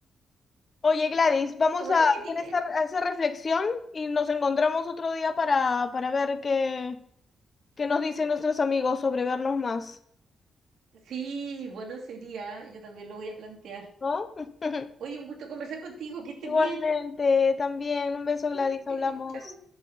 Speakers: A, on the left; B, on the right.
A: Oye, Gladys, vamos
B: Bueno,
A: a hacer
B: que tiene?
A: esa, a esa reflexión y nos encontramos otro día para, para ver qué, qué nos dicen nuestros amigos sobre vernos más,
B: Sí, bueno, sería, yo también lo voy a plantear.
A: ¿no? <laughs>
B: Oye, un gusto conversar contigo, que estés
A: Igualmente,
B: bien.
A: también un beso,
B: Cuídate,
A: Gladys, hablamos.
B: chao.